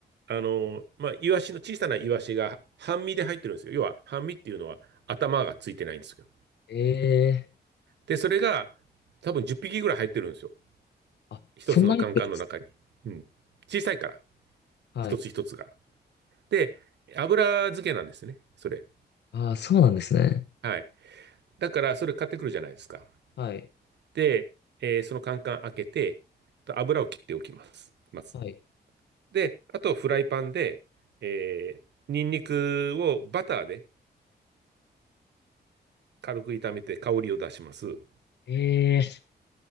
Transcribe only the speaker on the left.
ええ
あ、
そんなにってるんです。
はい。
ああ、そうなんですね。
はい。
はい。
ええ